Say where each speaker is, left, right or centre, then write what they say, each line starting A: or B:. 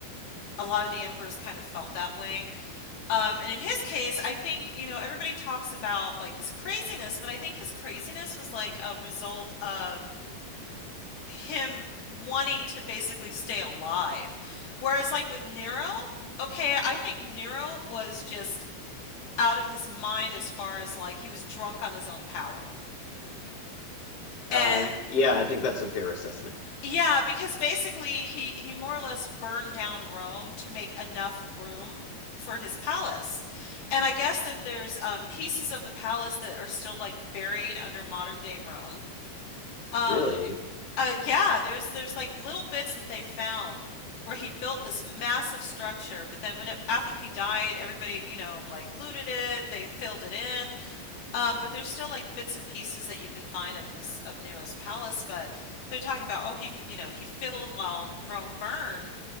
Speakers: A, on the left; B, on the left.
A: a lot of the emperors kind of felt that way. Um and in his case, I think, you know, everybody talks about like his craziness, but I think his craziness was like a result of him wanting to basically stay alive. Whereas, like with Nero, okay, I think Nero was just out of his mind as far as like he was drunk on his own power.
B: Uh,
A: And
B: yeah, I think that's a fair assessment.
A: yeah, because basically he he more or less burned down Rome to make enough room for his palace. And I guess that there's um, pieces of the palace that are still like buried under modern day Rome. Um,
B: Really?
A: Uh, yeah, there's there's like little bits that they found where he built this massive structure, but then when it after he died, everybody, you know, like looted it, they filled it in. Um, but there's still like bits and pieces that you can find of this of Nero's palace, but they're talking about oh he, f- you know, he fiddled while Rome burned.